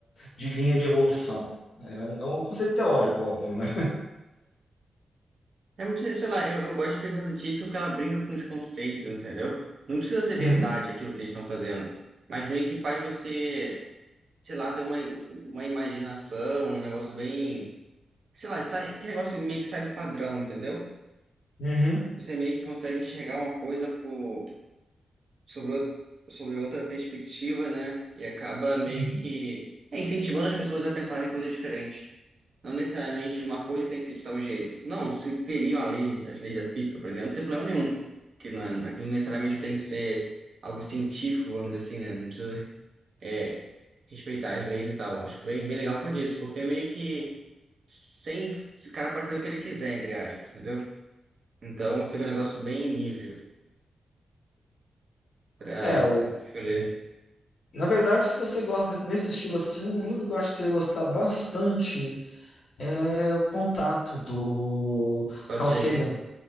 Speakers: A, on the left; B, on the right.
A: de linha de evolução. né? É um é um conceito teórico, óbvio, né?
B: É, não precisa- sei lá, eu, eu gosto de ficção científica porque ela brinca com os conceitos, entendeu? Não precisa ser verdade
A: Uhum,
B: aquilo que eles estão fazendo, mas meio que faz você, sei lá, ter uma, uma imaginação, um negócio bem, sei lá, sai, aquele negócio meio que sai do padrão, entendeu?
A: uhum,
B: Você meio que consegue enxergar uma coisa por, sobre, outra- sobre outra perspectiva, né? E acaba meio
A: uhum.
B: que é, incentivando as pessoas a pensarem em coisas diferentes. Não necessariamente uma coisa tem que ser de tal jeito. Não, se feriam a lei, as leis da física, por exemplo, não tem problema nenhum. pô. Que não é, aquilo necessariamente tem que ser algo científico, vamos dizer assim, né? Não precisa é, respeitar as leis e tal. Eu Acho bem, bem legal por isso, porque é meio que sem. O cara pode fazer o que ele quiser, entre aspas, entendeu? Então fica um negócio bem livre pra
A: É,
B: escolher
A: Na verdade, se você gosta nesse estilo assim, um livro que eu acho que você ia gostar bastante é O Contato, do
B: qual
A: Carl
B: signo.
A: Sagan.